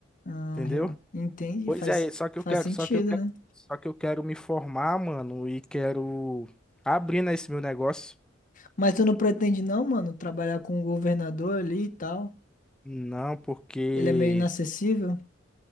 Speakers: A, on the left; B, in the centre.
A: Ah,
B: entendeu?
A: real. Entende?
B: Pois
A: Faz,
B: é, só que
A: faz
B: eu quero,
A: sentido,
B: só que eu quero,
A: né?
B: só que eu quero me formar, mano, e quero abrir nesse meu negócio.
A: Mas tu não pretende, não, mano, trabalhar com o governador ali e tal?
B: Não, porque
A: Ele é meio inacessível?